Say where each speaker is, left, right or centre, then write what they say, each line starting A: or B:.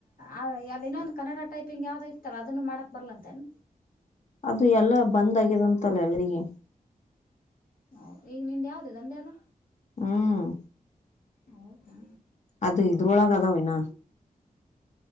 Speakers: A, on the left; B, on the left.
A: ಆದ ಇನ್ನೊಂದು ಕನ್ನಡ ಟೈಪಿಂಗ್ ಯಾವುದೋ ಇತ್ತಲ್ಲ ಅದನ್ನೂ ಮಾಡಾಕ್ ಬರ್ಲಂತೆನ?
B: ಅದು ಎಲ್ಲ ಬಂದ್ ಆಗಿದ ಅಂತಲ್ಲ ಎಲ್ರಿಗಿ.
A: ಹೌದ ಈಗ ನಿಂದ ಯಾವ್ದು ನಂದ ಯಾದು?
B: ಹ್ಮ್
A: ಹೌದಾ?
B: ಅದು ಇದ್ರೊಳಗ ಅದಾವ ಇನ್ನ.